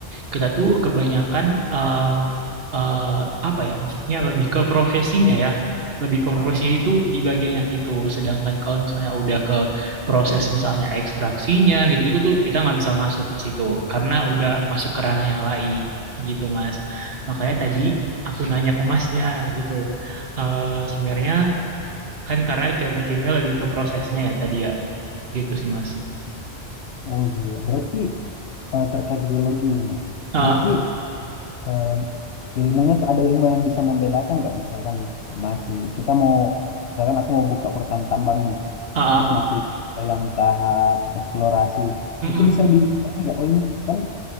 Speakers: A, on the right; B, on the left.
A: Kita tuh kebanyakan em, eh, apa ya maksudnya lebih ke profesinya ya. Lebih ke profesinya itu di bagian yang itu. Sedangkan kalau misalnya udah ke proses misalnya ekstraksinya gitu-gitu tuh kita nggak bisa masuk ke situ karena udah masuk ke ranah yang lain gitu Mas. Makanya tadi aku nanya ke Masnya gitu. Eh, sebenarnya kan karena teknik kimia lebih ke prosesnya ya tadi ya. Gitu sih Mas.
B: Oh iya, iya. Berarti eh, terkait geologi, Mas.
A: Ah,
B: Berarti eh, ilmunya tuh ada ilmu yang bisa membedakan nggak? Misalkan masih, kita mau, misalkan aku mau buka perusahaan tambang nih,
A: ah,
B: terus
A: ah.
B: masih dalam tahap eksplorasi,
A: Mm-mm.
B: itu bisa di, nggak? Oh ini kan,